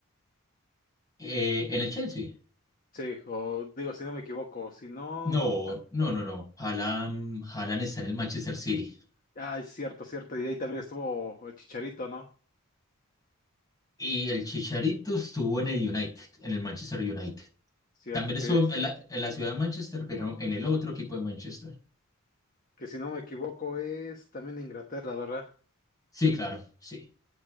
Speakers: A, on the left; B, on the left.
A: Eh, ¿en el Chelsea?
B: Sí, o digo, si no me equivoco, si no.
A: No, no, no, no. Haaland, Haaland está en el Manchester City.
B: Ah, es cierto, cierto. Y ahí también estuvo el Chicharito, ¿no?
A: Y el Chicharito estuvo en el United, en el Manchester United.
B: Cierto
A: También
B: que,
A: estuvo en la, en la ciudad de Manchester, pero en el otro equipo de Manchester.
B: que si no me equivoco, es también de Inglaterra, ¿verdad?
A: Sí, claro, sí.